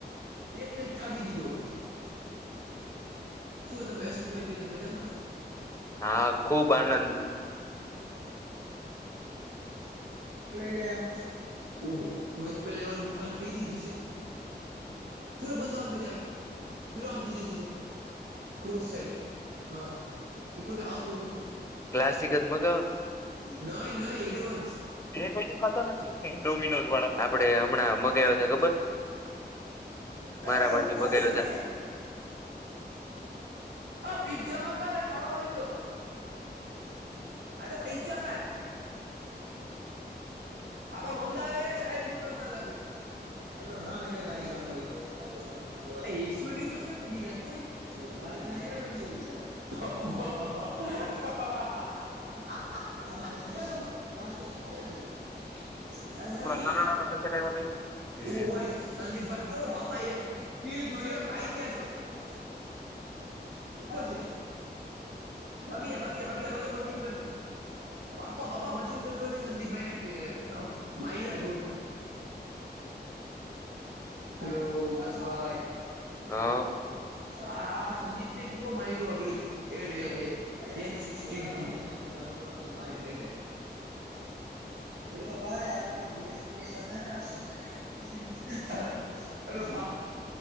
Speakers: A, on the right; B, on the left.
A: એક પ્લેટ થાવી દી દો શું તમે અશ્વિનભાઈ ભેગા મજામાં છો?
B: હા ખુબ આનંદ
A: <unintelligible> હ ઓહ લોન પડ લઈ લે ઓહો નોપ લેવાનું મકાન કહી દીધું છે. ચિરો બંધો આે ચિરો આમીધે સીધું. ક્રોસ સાટ હા એ કતે આવતું હતું.
B: ક્લાસિક જ મગાવો
A: ન નહી એડવાન્સ
B: એ કો થતો નથી ડોમિનો વાળ આપડે હમણાં મ ખબર મારા,
A: એ
B: માંથી <unintelligible> મગાયે
A: સ્મિત
B: છે.
A: પીઝ્ઝા મંગાવે ખાવા હોય તો આ તો પૈસા કાટ હવા
B: જ
A: મંગાવે સાહેબ મંગાવતા લાગે છે. મારીસે હરામ સારી ગાનું હોય તો મારીસે લંડન લોડા તો છે સુધી ને તોય એ ભ ફિયા ડમ જ છે આ <unintelligible> <inaudible> હા પછી કં છે. ના ના
B: નાના
A: ના
B: નાના પેકેટ આવ્યા હતા ઈ હમ
A: ઓય સંદીપ ભાઈ અ બાપા એ કીલ ચુરીઓ કઈ જ્યાશે <unintelligible> ઉપર છે ભાગી જ ભાગી જ ભાગી ભાગી મસનગંજ છે. બાપા બાપા ભસીન ગ વરથી સંદીપભાઈ ને માયરા જોરદાર હેલો વિકાસભાઈ
B: હા
A: હા સંદીપ ને કેવો મારી્યો અગડીબ એ એફ સીક્સટીન થી, પેલા ખબર હત મારી લઇ લેત હેલો ભાઈ આપસા